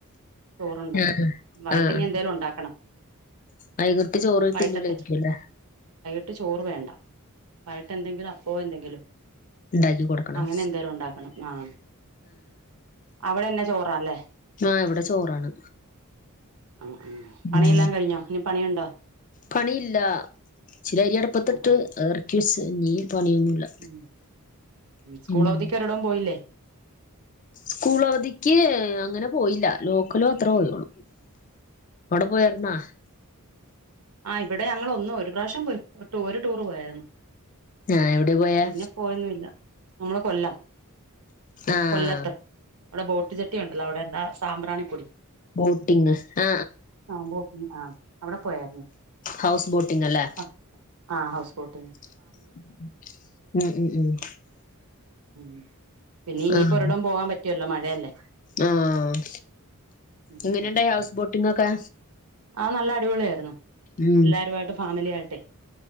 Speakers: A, on the right; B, on the left.
A: ചോറുണ്ട്
B: ആഹ്
A: വൈകിട്ടിനി
B: ആഹ്
A: എന്തേലും ഉണ്ടാക്കണം
B: വൈകിട്ട് ചോറ്
A: വൈകിട്ടത്തെ
B: തിന്നൂലായിരിക്കൂല്ലേ
A: വൈകിട്ട് ചോറ് വേണ്ട വൈകിട്ട് എന്തെങ്കിലും അപ്പോ എന്തെങ്കിലും
B: ഇണ്ടാക്കി കൊടുക്കണം
A: അങ്ങനെ എന്തേലും ഉണ്ടാക്കണം ആഹ് അവിടെന്നാ ചോറാല്ലേ
B: ആ ഇവിടെ ചോറാണ്
A: <inaudible> പണിയെല്ലാം
B: ഉം
A: കഴിഞ്ഞോ ഇനി പണിയുണ്ടോ
B: പണിയില്ല ച്ചിരി അരി അടപ്പത്തിട്ട്
A: ആ ആ
B: അതിറക്കിവച്ച് ഇനി പണിയൊന്നുമില്ല
A: ഉം സ്കൂൾ
B: ഉം
A: അവധിക്ക് ഒരിടവും പോയില്ലേ
B: സ്കൂൾ അവധിക്ക് അങ്ങനെ പോയില്ല ലോക്കല് മാത്ര പോയേള്ളു അവിടെ പോയാരുന്നാ
A: ആഹ് ഇവിടെ ഞങ്ങൾ ഒന്ന് ഒരു പ്രാവശ്യം പോയി ഒര് ഒരു ടൂറ് പോയാരുന്നു
B: ആഹ് എവിടെ പോയാ
A: പിന്നെ പോയൊന്നുല്ല നമ്മള് കൊല്ലം
B: ആഹ്
A: കൊല്ലത്ത് അവിടെ ബോട്ട്ജട്ടി ഉണ്ടല്ലോ അവിടെ എന്താ സാമ്പ്രാണിക്കുടി
B: ബോട്ടിംഗ് അ
A: ആഹ ബോട്ടിംഗ് ആഹ് അവിടെ പോയാരുന്നു
B: ഹൗസ് ബോട്ടിംഗ് അല്ലേ
A: ആഹ് ആ ഹൗസ് ബോട്ടിംഗ്
B: <unintelligible>
A: <inaudible> പിന്നെ ഇനിയിപ്പോ
B: ആഹ്
A: ഒരിടോം പോകാൻ പറ്റുവില്ലല്ലോ മഴ <unintelligible> അല്ലേ
B: ആഹ്
A: ഉം
B: എങ്ങനെണ്ടായി
A: ഉം
B: ഹൗസ്
A: ഉം
B: ബോട്ടിംഗ് ഒക്കെ
A: ആ നല്ല അടിപൊളിയായിരുന്നു
B: ഉം
A: എല്ലാരുമായിട്ട് ഫാമിലി ആയിട്ടെ